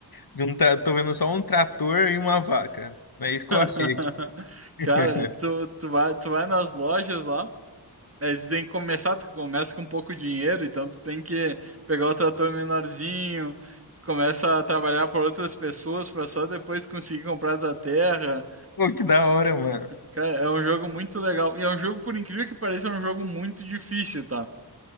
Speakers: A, on the left (about 60°); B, on the right (about 35°).
A: de um tra... tô vendo só um trator e uma vaca. É isso que
B: <laughs>
A: eu achei aqui. <laughs>
B: Cara, tu, tu vai, tu vai nas lojas lá. Mas tu tem que começar, tu começa com pouco dinheiro, então tu tem que pegar o trator menorzinho, tu começa a trabalhar por outras pessoas para só depois conseguir comprar a tua terra.
A: Pô, que da hora, mano.
B: Cara, é um jogo muito legal. E é um jogo, por incrível que pareça, é um jogo muito difícil, tá?